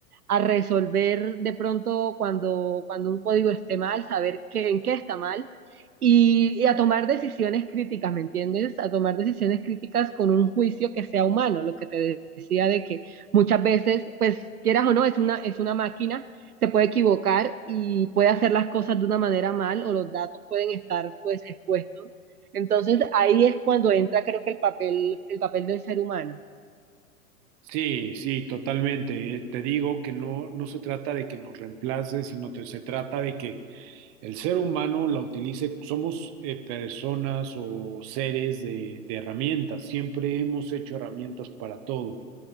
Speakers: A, on the right; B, on the right.
A: a resolver de pronto cuando, cuando un código esté mal, saber qué, en qué está mal y, y a tomar decisiones críticas, ¿me entiendes? A tomar decisiones críticas con un juicio que sea humano, lo que te de- decía de que muchas veces, pues quieras o no, es una, es una máquina, se puede equivocar y puede hacer las cosas de una manera mal o los datos pueden estar pues expuestos. Entonces ahí es cuando entra creo que el papel, el papel del ser humano.
B: Sí, sí, totalmente. Eh, Te digo que no, no se trata de que nos reemplace, sino que se trata de que el ser humano la utilice, somos eh, personas o seres de, de herramientas, siempre hemos hecho herramientas para todo.